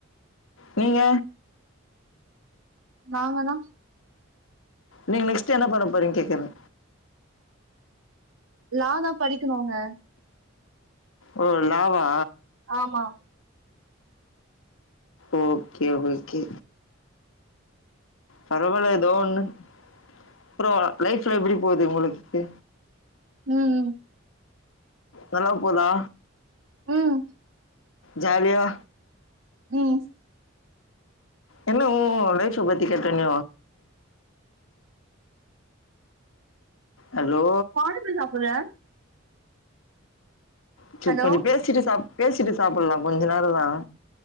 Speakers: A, on the left; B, on the right.
A: நீங்க
B: நாங்கனா
A: நீங் நெக்ஸ்ட் என்ன பண்ண போறீங்க கேக்குற
B: லா தா படிக்கணுங்க
A: ஓ லாவா
B: ஆமா
A: ஓகே ஓகே பரவால்ல ஏதோ ஒன்னு அப்ரோ லைஃப்லா எப்படி போகுது உங்களுக்கு
B: உம்
A: நல்ல போதா
B: உம்
A: ஜாலியா
B: உம்
A: என்ன உ <unintelligible> பத்தி கேட்டண ஹலோ
B: பாடுபே சாப்பிர்ற
A: ச்சு
B: ஹலோ
A: கொஞ்சம் பேசிட்டு சாப் பேசிட்டு சாப்பில்லாம் கொஞ்ச நேரந்தா